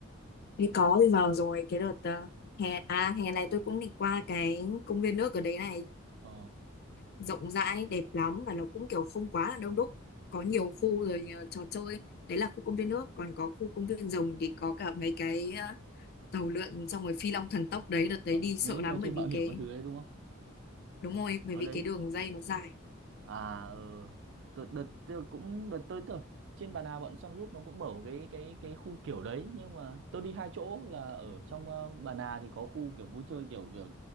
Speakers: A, on the left (about 50°); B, on the right (about 60°).
A: Thì có thì vào rồi cái đợt ờ, hè à hè này tôi cũng định qua cái công viên nước ở đấy này
B: Ờ,
A: rộng rãi đẹp lắm và nó cũng kiểu không quá là đông đúc có nhiều khu rồi ờ, trò chơi đấy là khu công viên nước còn có khu công viên rồng thì có cả mấy cái ờ, tàu lượn xong rồi phi long thần tốc đấy đợt đấy
B: ờ,
A: đi sợ
B: mấy cái
A: lắm
B: trò chơi
A: bởi
B: mạo
A: vì
B: hiểm
A: cái
B: các thứ đấy đúng không?
A: đúng rồi bởi
B: Ở
A: vì
B: đấy
A: cái đường dây nó dài
B: À ừ. Đợt, đợt tôi cũng đợt tôi tôi trên Bà Nà bọn Sun Group nó cũng mở một cái cái cái khu kiểu đấy nhưng mà tôi đi hai chỗ là ở trong ờ, Bà Nà thì có khu kiểu vui chơi kiểu kiểu